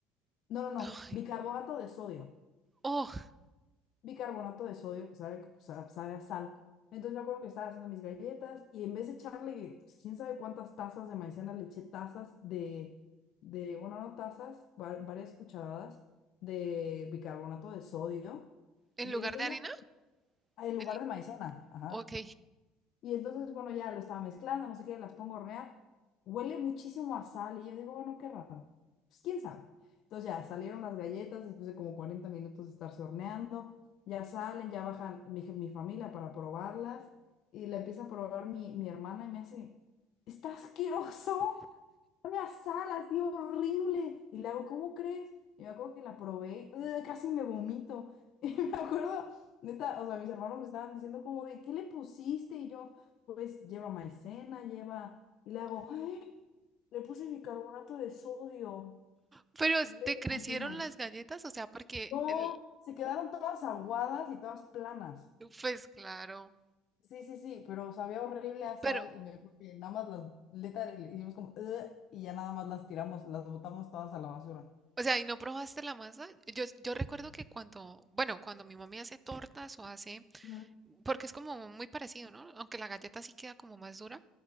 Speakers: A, on the left; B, on the right.
A: No, no, no,
B: Ay,
A: bicarbonato de sodio
B: oh,
A: bicarbonato de sodio que sabe, pues, a- sabe a sal. Entonces me acuerdo que estaba haciendo mis galletas y en vez de echarle pues, quién sabe cuántas tazas de maicena, le eché tazas de, de bueno, no tazas, va- varias cucharadas de bicarbonato de sodio.
B: en
A: Y
B: lugar
A: yo dije,
B: de harina,
A: ya, en lugar
B: el-
A: de maicena, ajá.
B: ok.
A: Y entonces, bueno, ya lo estaba mezclando, no sé qué, las pongo a hornear. Huele muchísimo a sal y yo digo, bueno, qué raro. Pues quién sabe. Entonces ya salieron las galletas después de como 40 minutos de estarse horneando. Ya salen, ya bajan mi, je- mi familia para probarlas. Y la empieza a probar mi, mi hermana y me hace, está asqueroso. Sabe a sal, así horrible. Y le hago, ¿cómo crees? Y me acuerdo que la probé, ¡ugh! casi me vomito. <laughs> Y me acuerdo, neta, o sea, mis hermanos me estaban diciendo como de, ¿qué le pusiste? Y yo, pues lleva maicena, lleva, y le hago, ¡ay! Le puse bicarbonato de sodio
B: Pero
A: en vez
B: te
A: de
B: crecieron
A: maicena.
B: las galletas, o sea, porque,
A: No,
B: el,
A: se quedaron todas aguadas y todas planas.
B: pues claro,
A: Sí, sí, sí, pero sabía horrible a sal
B: pero,
A: y me acuerdo que nada más las neta, le hicimos como "Ugh", y ya nada más las tiramos, las botamos todas a la basura.
B: o sea, ¿y no probaste la masa? Yo, yo recuerdo que cuando, bueno, cuando mi mami hace tortas o hace
A: Ujú,
B: Porque es como muy parecido, ¿no? Aunque la galleta sí queda como más dura,